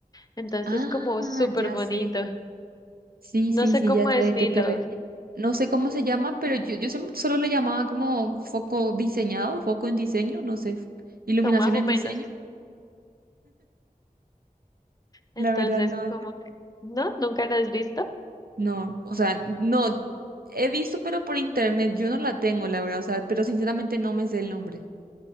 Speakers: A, on the left; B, on the right.
A: entonces
B: Ah,
A: es como súper
B: ya
A: bonito.
B: sé. Sí,
A: No
B: sí,
A: sé
B: sí,
A: cómo
B: ya sé
A: decirlo,
B: de qué te refieres. No sé cómo se llama, pero yo, yo siempre- solo le llamaba como foco diseñado, foco en diseño, no sé, iluminación
A: son más o
B: en
A: menos.
B: diseño. La
A: Entonces,
B: verdad, no,
A: como, ¿no? ¿Nunca lo has visto?
B: no, o sea, no, he visto, pero por internet, yo no la tengo, la verdad, o sea, pero sinceramente no me sé el nombre.